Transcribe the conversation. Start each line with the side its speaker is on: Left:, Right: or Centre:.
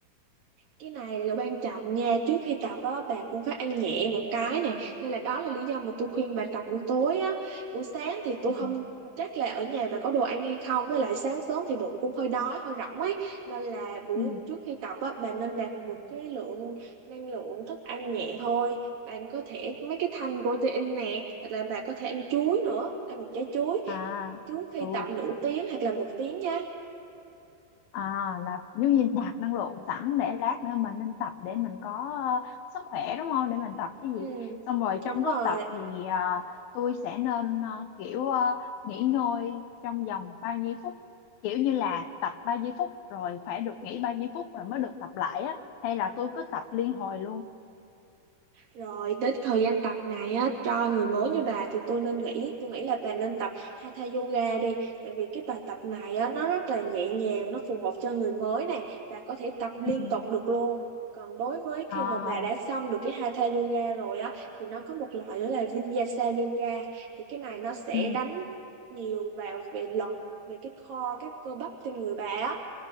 Right: cái này là quan trọng nha trước khi tập á bà cũng phải ăn nhẹ một cái nè nên là đó là lý do mà tôi khuyên bà tập buổi tối á buổi sáng thì tôi
Left: Ừ.
Right: không chắc là ở nhà bà có đồ ăn hay không với lại sáng sớm thì bụng cũng hơi đói hơi rỗng ấy nên là buổi
Left: Ừ.
Right: trước khi tập á bà nên nạp một cái lượng năng lượng thức ăn nhẹ thôi bạn có thể mấy cái thanh protein nè hoặc là bà có thể ăn chuối nữa ăn một trái chuối
Left: À
Right: trước khi
Left: ừ
Right: tập nửa tiếng hoặc là một tiếng nha
Left: À là giống như nạp năng lượng sẵn để lát nữa mình lên tập để mình có ờ, sức khỏe đúng không? Để mình tập cái
Right: ừ
Left: gì. Xong rồi trong
Right: đúng rồi
Left: lúc tập thì ờ, tôi sẽ nên ờ, kiểu ờ, nghỉ ngơi trong vòng bao nhiêu phút. Kiểu như là tập bao nhiêu phút rồi phải được nghỉ bao nhiêu phút rồi mới được tập lại á. Hay là tôi cứ tập liên hồi luôn.
Right: Rồi đến thời gian tập này á, cho người mới như bà thì tôi nên nghĩ, tôi nghĩ là bà nên tập Hatha Yoga đi. Tại vì cái bài tập này á, nó rất là nhẹ nhàng, nó phù hợp cho người mới nè. Bà có thể tập liên
Left: Ừ.
Right: tục được luôn. Còn đối với
Left: À,
Right: khi mà bà đã xong được cái Hatha Yoga rồi á, thì nó có một loại nữa là Vinyasa Yoga. Thì cái này nó sẽ
Left: ừ,
Right: đánh nhiều vào về lực, về cái core, các cơ bắp trên người bà á